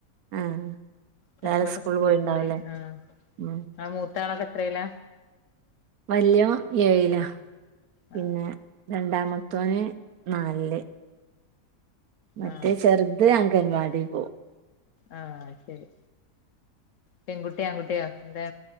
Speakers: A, on the right; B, on the left.
A: ആഹ് എല്ലാരും
B: മക്കളൊക്കെ
A: സ്കൂളിൽ
B: സ്കൂൾ
A: പോയിണ്ടാവുംല്ലേ
B: പോയി ആ ഇങ്ങളെ
A: ഉം
B: മൂ ത്താലൊക്കെ എത്രേല
A: വല്യോൻ ഏഴില പിന്നെ
B: ആ
A: രണ്ട് ണ്ടാമതോന് നാലില് മറ്റേ
B: ആ
A: ചെർത്‌ അൻ അംഗൻവാടി പോകും
B: ആ ശെരി പെൺകുട്ടിയോ ആൺകുട്ടിയോ എന്തെ